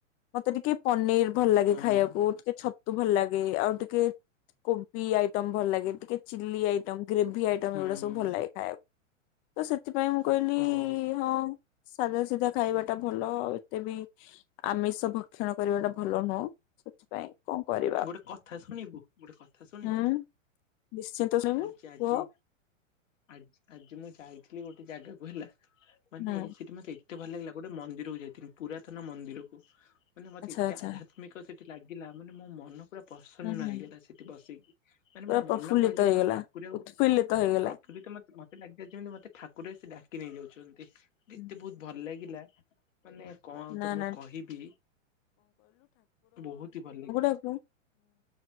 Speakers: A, on the left; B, on the left.
A: ମତେ ଟିକେ ପନିର ଭଲ ଲାଗେ
B: ହୁଁ
A: ଖାଇବାକୁ ଟିକେ ଛତ ତୁ ଭଲ ଲାଗେ ଆଉ ଟିକେ କୋବି ଆଇଟମ ଭଲ ଲାଗେ ଟିକେ ଚିଲି ଆଇଟମ ଗ୍ରେଭି ଆଇ ଗୁଡା
B: ହୁଁ।
A: ସବୁ ଭଲ ଲାଗେ ଖାଇବାକୁ ତ ସେଥିପାଇଁ ମୁଁ କହିଲି
B: ଓହୋ
A: ହଁ। ସାଧା ସିଧା ଖାଇବାଟା ଭଲ ଏତେ ବି ଆମିଷ ଭକ୍ଷଣ କରିବାଟା ଭଲ ନୁହଁ। ସେଥିପାଇଁ କଣ କରି
B: ଗୋଟେ କଥା ଶୁଣିବୁ ଗୋଟେ କଥା ଶୁଣିବୁ
A: ହୁଁ। ନିଶ୍ଚିନ୍ତ ଶୁଣିବି
B: ଆଜି ଆଜି
A: କୁହ।
B: ଆ ଆଜି ମୁଁ ଯାଇଥିଲି ଗୋଟେ ଜାଗାକୁ ହେଲା ମାନେ
A: ହୁଁ
B: ସେଠି ମତେ ଏ ଏତେ ଭଲ ଲାଗିଲା ଗୋଟେ ମନ୍ଦିରକୁ ଯାଇଥିଲି ପୁରାତନ ମନ୍ଦିରକୁ ମାନେ ମତେ
A: ଆଚ୍ଛା
B: ଏତେ
A: ଆଚ୍ଛା
B: ଆଧ୍ୟାତ୍ମିକ ମିକ ସେଠି ଲାଗିଲା ମାନେ ମୋମନ ପୁରା ପ୍ରସନ୍ନ
A: ହୁଁ ହୁଁ
B: ହେଇଗଲା ସେଠି ବସିକି। ମାନେ
A: ପୁରା
B: ମଁମନ
A: ପ୍ରଫୁଲ୍ଲିତ
B: କହିଲାକି
A: ହେଇଗଲା
B: ମୋଠାକୁରେ ଆଉ
A: ଉତ୍ଫୁଲ୍ଲିତ
B: ମତେ
A: ହେଇଗଲା।
B: ପ୍ରକୃତି ମତେ--‌ ମତେ ଲାଗିଲା ଯେମିତି ମତେ ଠାକୁରେ ଆସି ଡାକିନେଇ ଯାଉଛନ୍ତି
A: ହୁଁ
B: ଏତେ
A: ହୁଁ।
B: ବହୁତ୍ ଭଲ ଲାଗିଲା। ମାନେ କଣ ଆଉ
A: ନା
B: ତମକୁ
A: ନା
B: କହିବି ବହୁତ୍ ହିଁ ଭଲ ଲାଗିଲା।
A: ଠାକୁ ହୁଁ